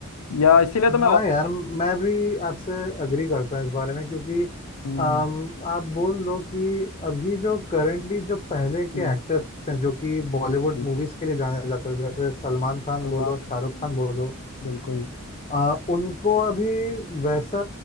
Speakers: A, on the left; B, on the left.
A: या इसीलिए तो मैं
B: हाँ यार मैं भी आपसे अग्री करता हूँ इस बारे में क्योंकि
A: हम्म,
B: अम, आप बोल लो कि अभी जो करंटली जो पहले के
A: हम्म,
B: एक्टर्स हैं जो कि बॉलीवुड
A: बिल्कुल
B: मूवीज के लिए जाने जाते हैं जैसे सलमान खान
A: सलमान
B: बोलो शाहरुख
A: खान
B: खान बोलो
A: बिल्कुल
B: अ, उनको अभी वैसा